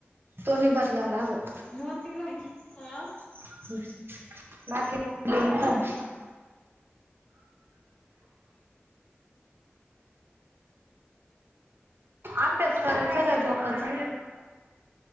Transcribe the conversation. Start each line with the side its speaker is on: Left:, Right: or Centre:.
Right: तो नाही बदलावा लागतं.
Left: मग तीला ह.
Right: <inaudible> अभ्यास करायचा काय झोपच.